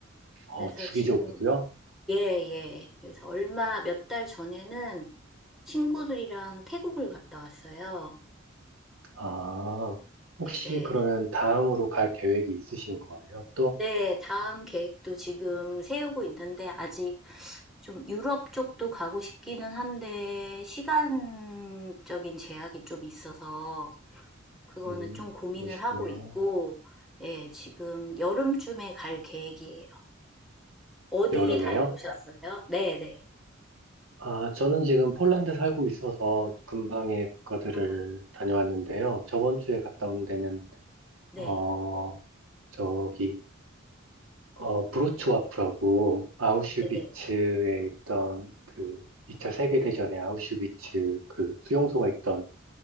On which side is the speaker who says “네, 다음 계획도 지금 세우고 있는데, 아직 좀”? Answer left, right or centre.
Centre